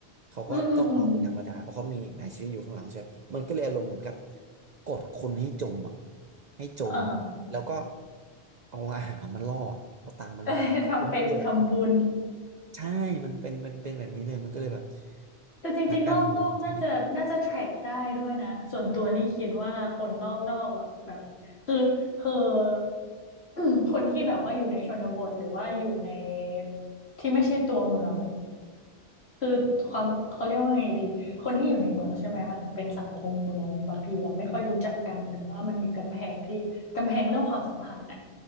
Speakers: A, on the right; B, on the left.
A: เขาก็ต้องเอาเป็นธรรมดาเพราะเขามีนายชีวิตอยู่ข้างหลังใช่ไหมมันก็เลยอารมณ์เหมือนกับ
B: อืมอืมอืม
A: กดคนให้จมอ่ะให้จน
B: เออ <laughs>
A: แล้วก็เอาอาหารมาล่อเอาตังค์มาล่อเพื่อให้เลือกอะ
B: เออทำเป็นทำบุญ
A: ใช่มันเป็นเป็นเป็นแบบนี้เลยมันก็เลยแบบ
B: แต่จริงๆรอบนอกน่าจะน่าจะ
A: นักการเมืองที่
B: t ทร c กได้ด้วยนะส่วนตัวนี่คิดว่าคนรอบนอกอะแบบคือคือ <clears throat> คนที่แบบว่าอยู่ในชนบทหรือว่าอยู่ในที่ไม่ใช่ตัวเมืองอะ คือความเขาเรียกว่าไงดีคนที่อยู่ในเมืองใช่ไหมมันเป็นสังคมเมืองบางทีเราไม่ค่อยรู้จักกันหรือว่ามันมีกำแพงที่กำแพงเรื่องความสัมพันธ์น่ะ